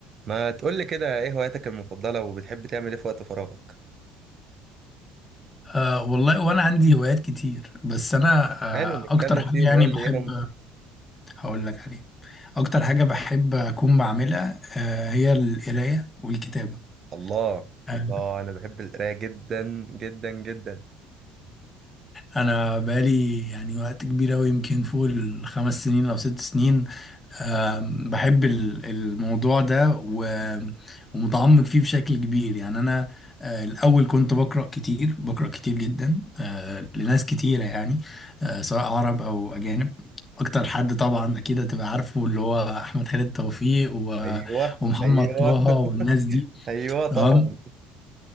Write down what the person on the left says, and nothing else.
أه والله وانا عندي هوايات كتير بس انا أه
اكتر حاجه
يعني
بحب
هقول لك عليه اكتر حاجه بحب اكون بعملها أه هي القرايه والكتابه
أه
انا بقالي يعني وقت كبير اوي يمكن فوق الخمس سنين او ست سنين آم، بحب ال- الموضوع ده و- ومتعمق فيه بشكل كبير يعني أنا آه، الأول كنت بقرأ كتير بقرأ كتير جدا آه، لناس كتيرة يعني آه، سواء عرب أو أجانب أكتر حد طبعا أكيد هتبقى عارفه اللي هو أحمد خالد توفيق و-
ومحمد
طه
والناس دي
تمام